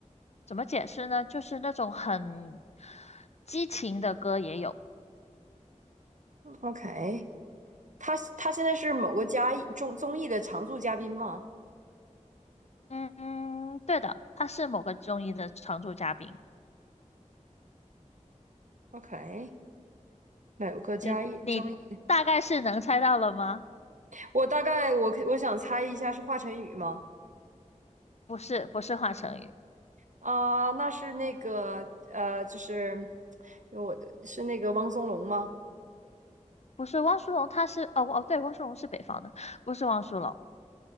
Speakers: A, on the left; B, on the right.
A: 怎么解释呢？就是那种很激情的歌也有。
B: ？OK，他他现在是某个嘉艺综综艺的常驻嘉宾吗
A: 嗯嗯，对的，他是某个综艺的常驻嘉宾。
B: ？OK，某个嘉艺综艺，
A: 你你大概是能猜到了吗？
B: 我大概我可我想猜一下是华晨宇吗？
A: 不是，不是华晨宇，
B: 啊、那是那个呃，就是我的是那个汪苏泷吗？
A: 不是汪苏泷，他是哦哦，对，汪苏泷是北方的，不是汪苏泷。